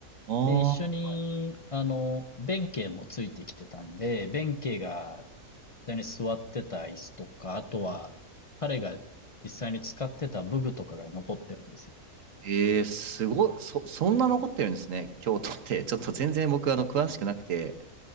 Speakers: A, on the right; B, on the left.
A: ああ、
B: で、一緒に、あの、弁慶もついてきてたんで、弁慶が実際に座ってた椅子とか、あとは、彼が実際に使ってた武具とかが残ってるんですよ。
A: ええすごい。そ、そんな残ってるんですね、京都って。ちょっと全然僕、あの、詳しくなくて、